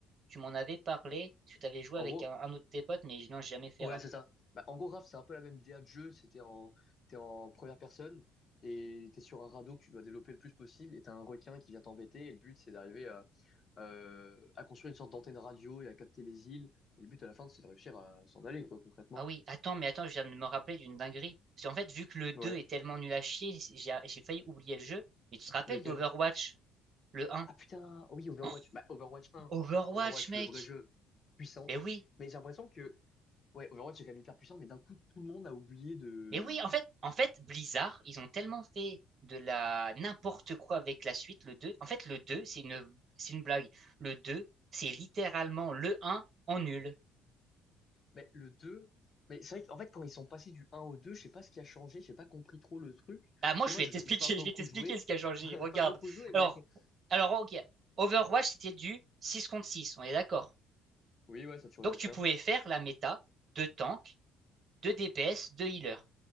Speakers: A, on the right; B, on the left.
A: tu m'en avais parlé, parce que t'avais joué
B: En
A: avec
B: gros,
A: un, un autre de tes potes, mais non, j'ai jamais fait
B: Ouais,
A: Raph.
B: c'est ça. Bah, en gros, Raft, c'est un peu la même DA de jeu. C'était en, t'es en première personne et t'es sur un radeau que tu dois développer le plus possible et t'as un requin qui vient t'embêter et le but, c'est d'arriver à, euh, à construire une sorte d'antenne radio et à capter les îles. Et le but à la fin, c'est de réussir à s'en aller, quoi, concrètement.
A: Ah oui, attends, mais attends, je viens de me rappeler d'une dinguerie. Parce qu'en fait, vu que le deux
B: Ouais.
A: est tellement nul à chier, j'ai j'ai failli oublier le jeu. Mais tu te rappelles
B: Lequel?
A: d'Overwatch, le un?
B: Ah putain, oh oui,
A: <gasps>
B: Overwatch.
A: Oh,
B: Bah, Overwatch 1,
A: Overwatch,
B: par contre, enfin, Overwatch,
A: mec!
B: le vrai jeu puissant.
A: Mais oui,
B: Mais j'ai l'impression que, ouais, Overwatch est quand même hyper puissant, mais d'un coup, tout le monde a oublié de,
A: mais oui, en fait, en fait, Blizzard, ils ont tellement fait de la n'importe quoi avec la suite, le 2. En fait, le 2, c'est une, c'est une blague. Le 2, c'est littéralement le un en nul.
B: Mais le 2 mais c'est vrai qu'en fait, quand ils sont passés du un au 2 je sais pas ce qui a changé, j'ai pas compris trop le truc.
A: Ah, moi,
B: Parce que
A: je
B: moi,
A: vais
B: je-
A: t'expliquer,
B: j'ai pas, pas
A: je vais
B: beaucoup
A: t'expliquer
B: joué.
A: ce qui a changé.
B: <laughs>
A: Regarde.
B: J'ai pas beaucoup joué,
A: Alors,
B: mais. <laughs>
A: alors, ok. Overwatch, c'était du 6 contre 6, on est d'accord?
B: Oui, ouais, ça a toujours
A: Donc
B: été
A: tu
B: ça.
A: pouvais faire la méta de tank, de DPS, de healer.